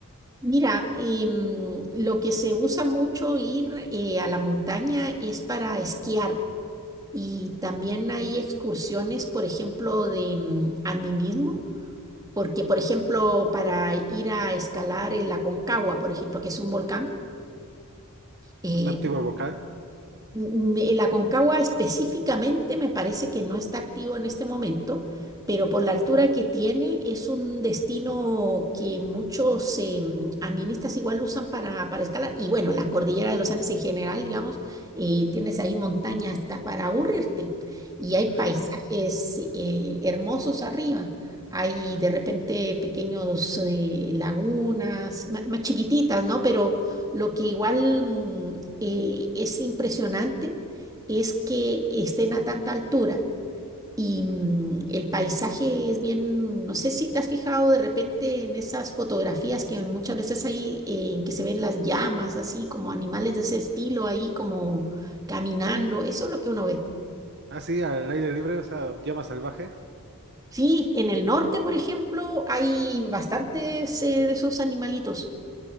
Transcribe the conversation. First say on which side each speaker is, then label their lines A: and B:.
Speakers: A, on the right (about 15°); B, on the right (about 50°).
A: Mira, em, lo que se usa mucho ir eh, a la montaña es para esquiar y también hay excursiones, por ejemplo, de mm, andinismo, porque, por ejemplo, para ir a escalar el Aconcagua, por ejemplo, que es un volcán, eh,
B: ¿Está activo el vocal?
A: Mm, El Aconcagua específicamente me parece que no está activo en este momento, pero por la altura que tiene es un destino que muchos eh, mm, andinistas igual usan para, para escalar. Y bueno, la cordillera de los Andes en general, digamos, eh, tienes ahí montañas hasta para aburrirte. Y hay
B: <laughs>
A: paisajes eh, hermosos arriba. Hay de repente pequeños eh, lagunas, ma- más chiquititas, ¿no? Pero lo que igual mm, eh, es impresionante es que estén a tanta altura y mm, el paisaje es bien, no sé si te has fijado de repente en esas fotografías que muchas veces hay eh, en que se ven las llamas, así como animales de ese estilo ahí como caminando, eso es lo que uno ve.
B: Así, al aire libre, o sea, llamas salvajes. <laughs>
A: Sí, en el norte, por ejemplo, hay bastantes eh, de esos animalitos.